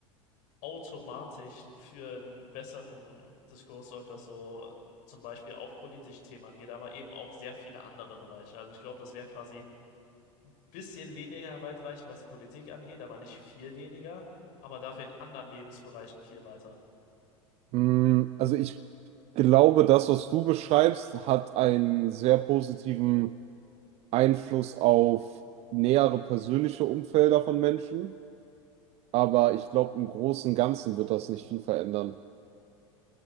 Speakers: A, on the left (about 50°); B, on the right (about 40°).
A: automatisch für einen besseren Diskurs sorgt, was so zum Beispiel auch politisch Themen angeht, aber eben auch sehr viele andere Bereiche. Also ich glaube, das Werk quasi ein bisschen weniger weitreichend, was die Politik angeht, aber nicht viel weniger, aber dafür in anderen Lebensbereichen viel weiter.
B: Mm, Also ich glaube, das, was du beschreibst, hat einen sehr positiven Einfluss auf nähere persönliche Umfelder von Menschen, aber ich glaube, im Großen und Ganzen wird das nicht viel verändern.